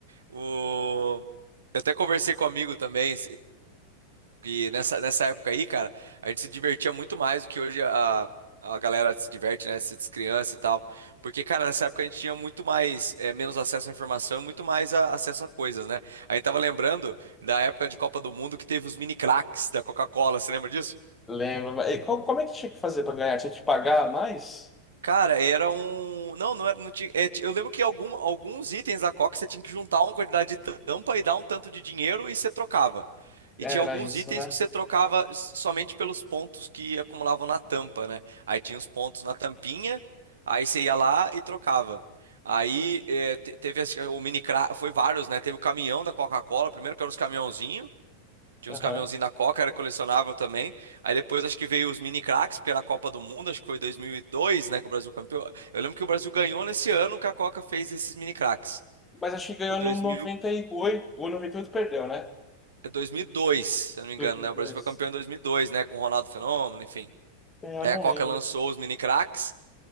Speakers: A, on the right (about 65°); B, on the left (about 15°).
A: O. Eu até conversei com um amigo também. E nessa, nessa época aí, cara, a gente se divertia muito mais do que hoje a, a galera se diverte, né? Se criança e tal. Porque, cara, nessa época a gente tinha muito mais, eh, menos acesso à informação e muito mais a- acesso a coisas, né? A gente tava lembrando da época de Copa do Mundo que teve os mini craques da Coca-Cola, você lembra disso?
B: lembro. Mas, e qual- como é que tinha que fazer pra ganhar? Tinha que pagar mais?
A: Cara, era um. Não, não era. Não tinha... é, ti- eu lembro que algum, alguns itens da Coca você tinha que juntar uma quantidade de tampa e dar um tanto de dinheiro e você trocava. E
B: Era
A: tinha alguns
B: isso,
A: itens
B: né?
A: que você trocava s- somente pelos pontos que acumulavam na tampa, né? Aí tinha os pontos na tampinha, aí você ia lá e trocava. Aí é, te- teve esse- o mini cra... foi vários, né? Teve o caminhão da Coca-Cola, primeiro que era os caminhãozinhos. Tinha
B: Aham.
A: uns caminhãozinhos da Coca, era colecionável também. Aí depois acho que veio os mini craques, porque era a Copa do Mundo, acho que foi 2002, né, que o Brasil campeão. Eu lembro que o Brasil ganhou nesse ano que a Coca fez esses mini craques.
B: Mas acho que ganhou
A: Foi 2000,
B: no 98. O 98 perdeu, né?
A: é 2002, se eu não me engano,
B: 2002.
A: né? O Brasil foi campeão em 2002, né, com o Ronaldo Fenômeno, enfim.
B: É, eu
A: Aí
B: não
A: a Coca
B: lembro.
A: lançou os mini craques